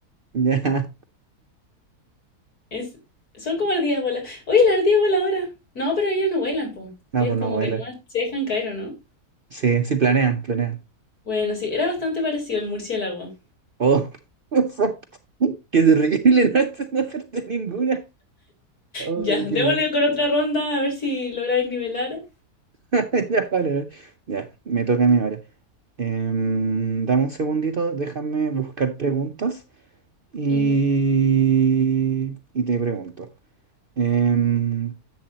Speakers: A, on the right; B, on the left.
A: Ya.
B: Es, son como ardillas voladoras. Oye, la ardilla voladora. No, pero ellas no vuelan, po.
A: No,
B: Ellos
A: pues
B: como
A: no vuelan.
B: que nomás se dejan caer, ¿o no?
A: Sí, sí, planean, planean.
B: Bueno, sí, era bastante parecido el murciélago.
A: Oh, <laughs> exacto. qué terrible <laughs> no, no hacerte ninguna. Oh,
B: Ya, démosle
A: qué mal.
B: con otra ronda a ver si lográis nivelar.
A: <laughs> Ya, vale. vale. Ya, me toca a mí ahora. Em, dame un segundito, déjame buscar preguntas y,
B: Ujú,
A: y te pregunto. Em,